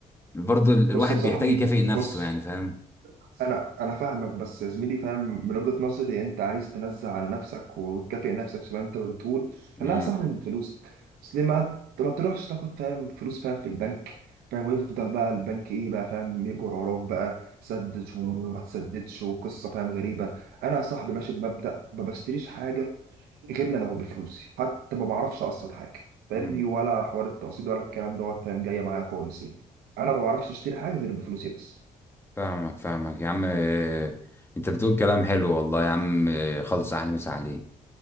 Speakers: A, on the left (about 15°); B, on the right (about 85°).
A: برضه ال- الواحد
B: بص يا صاحبي
A: بيحتاج يكافئ نفسه
B: بص
A: يعني فاهم
B: انا انا فاهمك بس يا زميلي فاهم من وجهة نظري انت عايز تنزع على نفسك وتكافئ نفسك زي ما انت بتقول خليها
A: امم
B: صح من فلوسك بس ليه ما ما تروحش تاخد فاهم فلوس فاهم في البنك فاهم ويفضل بقى البنك ايه بقى فاهم يجر وراك بقى سدد وما تسددش وقصه فاهم غريبه انا يا صاحبي ماشي بمبدأ ما بشتريش حاجه غير لو بفلوسي حتى ما بعرفش اقسط حاجه فاهمني
A: امم
B: ولا حوار التقسيط ولا الكلام دوت فاهم جايه معايا خالص يعني انا ما بعرفش اشتري حاجه غير بفلوسي بس
A: فاهمك فاهمك يا عم إيه، انت بتقول كلام حلو والله يا عم إيه، خلص احلى مسا عليك